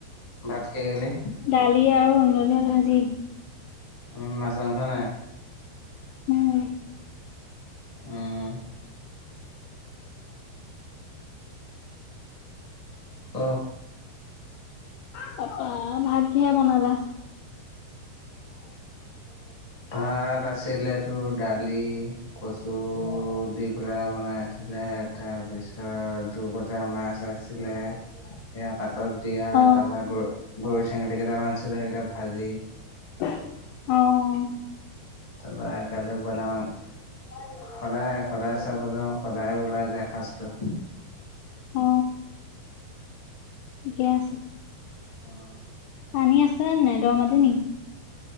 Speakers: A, on the left; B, on the left.
A: ভাত কিহে খালি?
B: দালি আৰু অনধল ভাজি।
A: উম মাছ মাংস নাই।
B: উম
A: উম। অহ।
B: তাপা ভাত কিহে বনালা?
A: উ <unintelligible>
B: <inaudible>
A: ভাত আছিলে তোৰ দালি কচু দি পেলাই বনাই আছিলে তাৰপিছত যুগত এটা মাছ আছিলে সেয়া পাতত দিয়া
B: অ
A: তাৰ পৰা গ- গৰৈ, চেঙেলী কেইটা মান আছিলে সেইকেইটা ভাজি।
B: অহ।
A: তাপা কালি বইলাৰ মাংস সদায় সদায় চাব যাওঁ সদায় ওলাই যায় এসাঁজটো।
B: অ ঠিকে আছে।
A: অ
B: পানী আছে নে দ মাতি নি?